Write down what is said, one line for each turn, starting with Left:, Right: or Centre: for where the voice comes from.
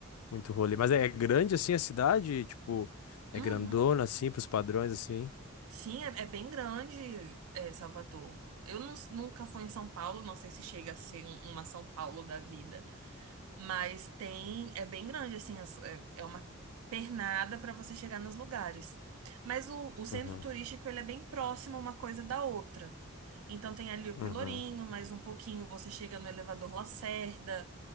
Left: muito rolê. Mas é, é grande assim a cidade, tipo, é
Right: Uhum.
Left: grandona assim, pros padrões assim.
Right: Sim, é, é bem grande, é, Salvador. Eu nu- nunca fui em São Paulo, não sei se chega a ser um- uma São Paulo da vida, mas tem, é bem grande, assim, as- é, é uma pernada para você chegar nos lugares. Mas o, o
Left: Uhum,
Right: centro turístico, ele é bem próximo uma coisa da outra. Então tem ali
Left: uhum.
Right: o Pelourinho, mais um pouquinho você chega no Elevador Lacerda,